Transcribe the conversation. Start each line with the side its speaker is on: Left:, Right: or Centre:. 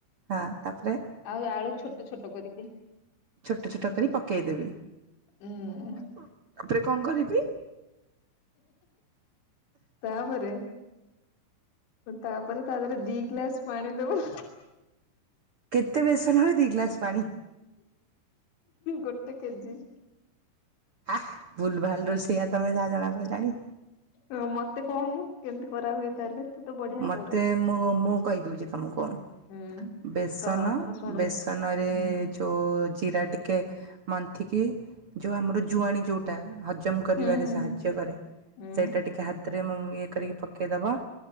Right: ହଁ ତାପରେ।
Left: ଆଉ ଆଳୁ ଛୋଟ ଛୋଟ କରିକି
Right: ଛୋଟ ଛୋଟ କରି ପକେଇଦେବି
Left: ଉଁ
Right: ତାପରେ କଣ କରିବି?
Left: ତାପରେ ତାପରେ ତା ଦେହରେ ଦି ଗ୍ଲାସ ପାଣି ଦବ
Right: କେତେ ବେସନରେ ଦି ଗ୍ଲାସ୍ ପାଣି?
Left: ଗୋଟେ କେଜି।
Right: ଆ ଭୁଲ ଭାଲ ରୋଷେଇଆ ତମେ ଯାହା ଜଣା ପଡ଼ିଲାଣି।
Left: ହଁ ମତେ କହୁନୁ କେମିତି କରା ହୁଏ ତାହେଲେ। ତୁ ତ ବଢିଆ
Right: ମତେ
Left: କରୁ
Right: ମୁଁ-ମୁଁ କହିଦେଉଛି ତମକୁ।
Left: ହୁଁ
Right: ବେସନ
Left: କହ ମୁଁ ଶୁଣୁଛି
Right: ବେସନରେ
Left: ହୁଁ
Right: ଯୋଉଁ ଜିରା ଟିକେ ମନ୍ଥିକି ଯୋଉଁ ଆମର ଜୁଆଣି ଯୋଉଟା ହଜମ କରିବାରେ
Left: ହୁଁ ହୁଁ
Right: ସାହାଯ୍ୟ କରେ।
Left: ହୁଁ
Right: ସେଇଟା ଟିକେ ହାତରେ ମ ଇଏ କରିକି ପକେଇଦବ।